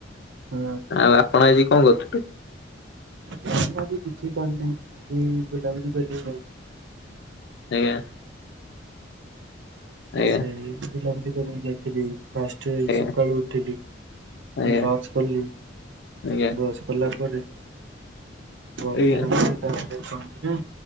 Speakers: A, on the right; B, on the left.
A: ହଁ
B: ଆଉ ଆପଣ ଆଜି କଣ କରୁଥିଲେ?
A: ଜି କିଛିି କରିନେଇ, କିଜି ଗୁଲାବ ଗଛି
B: ଆଜ୍ଞା। ଆଜ୍ଞା
A: ସେଇିଲ କରି ଯାଇଥିଲି ଫାଷ୍ଟ
B: ଆଜ୍ଞା
A: ସକାଳୁ ଉଠିଲି
B: ଆଜ୍ଞା
A: ବ୍ରସ୍ କଲି,
B: ଆଜ୍ଞା
A: ବ୍ରସ୍ କଲା ପରେ <unintelligible>
B: ଆଜ୍ଞା
A: ପହଞ୍ଚିବେ